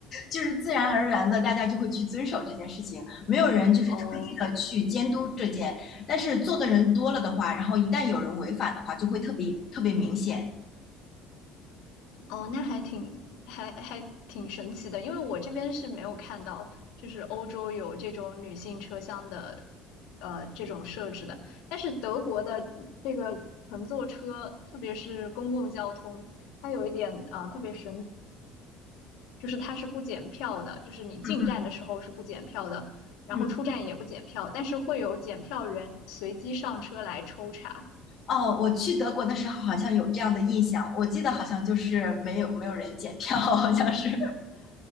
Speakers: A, on the left; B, on the left.
A: 就是自然而然的，大家就会去遵守这件事情，没有人就是特意的去监督这件，
B: 哦，
A: 但是做的人多了的话，然后一旦有人违反的话，就会特别特别明显。
B: 哦，那还挺还还挺神奇的，因为我这边是没有看到，就是欧洲有这种女性车厢的，呃，这种设置的。但是德国的这个乘坐车，特别是公共交通，它有一点啊、呃特别神，就是它是不检票的，就是你进站的时候是不检票的，
A: 嗯，嗯
B: 然后出站也不检票，
A: 嗯。
B: 但是会有检票员随机上车来抽查。
A: 哦，我去德国的时候好像有这样的印象，我记得好像就是没有没有人检票，好像是，